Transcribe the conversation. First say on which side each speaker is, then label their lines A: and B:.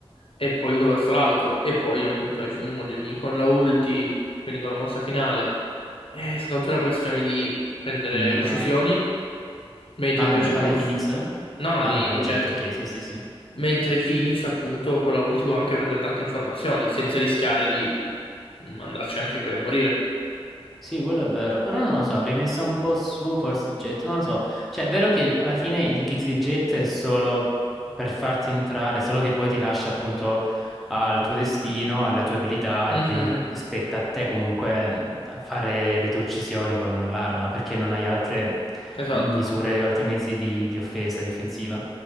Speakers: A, on the left; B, in the centre.
A: e poi uno verso l'alto, e poi appunto ai fumogeni con la ulti, quindi con la mossa finale. È soltanto una questione di prendere
B: Mira...
A: uccisioni, mentre
B: Ah,
A: invece
B: eh, parli
A: con...
B: di Phoenix?
A: F- No, no,
B: Ah,
A: di,
B: che parli
A: di
B: di
A: Jet.
B: jet, ok, sì, sì, sì.
A: Mentre Phoenix, appunto, con la ulti può anche prendere tante informazioni, senza rischiare di mm, andarci anche poi a morire.
B: Sì, quello è vero, però non lo so, avrei messo un po' su, forse Jet, non lo so. Cioè, è vero che alla fine il kit di Jet è solo per farti entrare, solo che poi ti lascia appunto al tuo destino, alle tue abilità
A: Mhm,
B: e quindi spetta a te comunque fare le tue uccisioni con l'arma, perché non hai altre
A: esatto.
B: misure, altri mezzi di, di offesa, di offensiva.